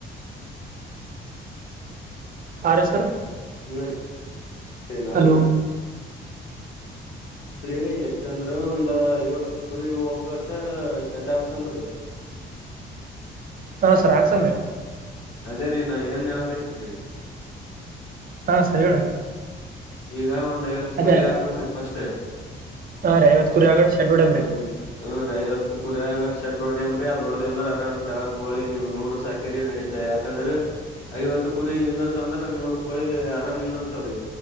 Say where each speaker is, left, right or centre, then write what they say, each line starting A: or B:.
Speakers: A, on the right; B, on the left.
A: ಅರ ಸರ್
B: <unintelligible>
A: ಹಲೋ
B: ರೀ ಎಷ್ಟ ಅಂದ್ರ ಒಂದ ಐವತ್ತ ಕುರಿ ಒಕ್ಕಟ್ಟ ಶೆಡ್ ಹಾಕ್ಸಂಬ್ರಿ.
A: ಹಾ ಸರ್ ಆಕ್ಸನ್ರೀ.
B: ಅದೇರೀ ನಾ ಏನ್ ಹೇಳಕತ್ತನ್ರೀ.
A: ಹಾ ಸರ ಹೇಳ್ರಿ.
B: ಈಗ ಒಂದ ಐವತ್ತ
A: ಅದೇ
B: ಕುರಿ ಆಕಂಬ್ರಿ ಫಸ್ಟ್
A: ಹಾ ರೀ ಐವತ್ ಕುರಿ ಆಗಟ್ ಶೆಡ್ ಹೊಡ್ಯಮ್ರಿ
B: ಒಂದ ಹ್ಮ ರೀ ಐವತ್ತ ಕುರಿ ಆಗ ಶಡ್ಡ ಹೊಡಮ್ರಿ ಅದ ಹೊಡ್ದೇವಂದ್ರ ಆರಾಮ್ ತೆಳಕ್ಕ ನೀವು ನೂರ್ ಸಾಕಿರಿ ನಡಿದ್ದ ಯಾಕಂದ್ರ ಐವತ್ತ ಕುರಿ ನಿಂದಿರ್ತಾವಂದ್ರ ನೂರ್ ಕೋಳಿ ಆರಾಮ್ ನಿಂದರ್ತಾವ್ರಿ.